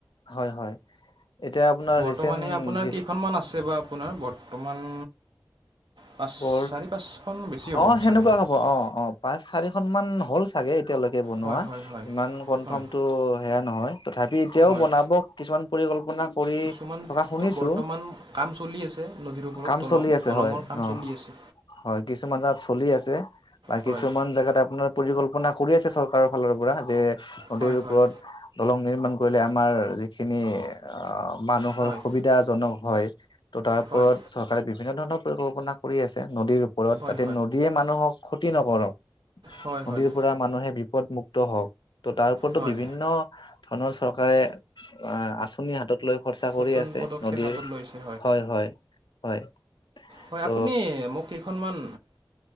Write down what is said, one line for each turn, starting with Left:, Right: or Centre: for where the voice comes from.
Left: হয় হয় এতিয়া আপোনাৰ
Right: বৰ্তমানে
Left: ৰিচেণ্ট
Right: আপোনাৰ
Left: যি
Right: কেইখনমান আছে বা আপোনাৰ বৰ্তমান পাঁচ
Left: বৰ
Right: চাৰি পাঁচখন বেছি হ'ব
Left: অ সেনেকুৱা
Right: চাগে
Left: হ'ব অ অ পাঁচ চাৰিখন মান হ'ল চাগে এতিয়ালৈকে বনোৱা
Right: হয় হয় হয়
Left: ইমান কনফাৰ্ম
Right: হয়
Left: টো সেয়া নহয় তথাপি এতিয়াও
Right: হয়
Left: বনাব কিছুমান পৰিকল্পনা কৰি
Right: কিছুমানতো
Left: থকা শুনিছো
Right: বৰ্তমান কাম চলি আছে নদীৰ ওপৰত
Left: কাম
Right: দলং
Left: চলি আছে
Right: দলঙৰ
Left: হয়
Right: কাম
Left: অ
Right: চলি আছে
Left: হয় কিছুমান জেগাত চলি আছে বা
Right: হয়
Left: কিছুমান জেগাত আপোনাৰ পৰিকল্প কল্পনা কৰি আছে চৰকাৰৰ ফালৰ পৰা যে নদী
Right: হয়
Left: ওপৰত
Right: হয়
Left: দলং নিৰ্মান কৰিলে আমাৰ যিখিনি আহ মানুহৰ
Right: হয়
Left: সুবিধা জনক হয় ত' তাৰ ওপৰত
Right: হয়
Left: চৰকাৰে বিভিন্ন ধৰণৰ পৰিকল্পনা কৰি আছে নদীৰ ওপৰত
Right: হয়
Left: যাতে নদীয়ে মানুহক ক্ষতি নকৰক
Right: হয় হয়
Left: নদীৰ
Right: হয়
Left: পৰা মানুহে ওপৰত মুক্ত হওক ত তাৰ ওপৰটো
Right: হয়
Left: বিভিন্ন ধনৰ চৰকাৰে আঁচনিৰ হাতত। লৈ খৰচা কৰি
Right: নতুন
Left: আছে
Right: পদক্ষেপ
Left: নদীৰ
Right: হাতত লৈছে
Left: হয় হয় হয়।
Right: হয়
Left: ত'
Right: আপুনি মোক কেইখনমান